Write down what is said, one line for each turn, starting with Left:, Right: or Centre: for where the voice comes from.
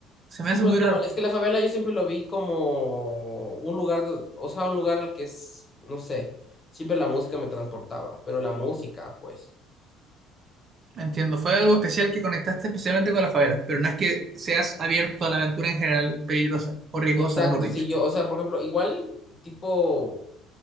Right: se
Left: Sí,
Right: me hace
Left: pero
Right: muy
Left: es como-
Right: raro,
Left: es que la favela yo siempre lo vi como un lugar, do- o sea, un lugar al que es, no sé, siempre la música me transportaba, pero la música, pues.
Right: entiendo. Fue algo especial que conectaste especialmente con la favela, pero no es que seas abierto a la aventura en general peligrosa o riesgosa,
Left: Exacto,
Right: mejor dicho.
Left: sí, yo, o sea, por ejemplo, igual, tipo,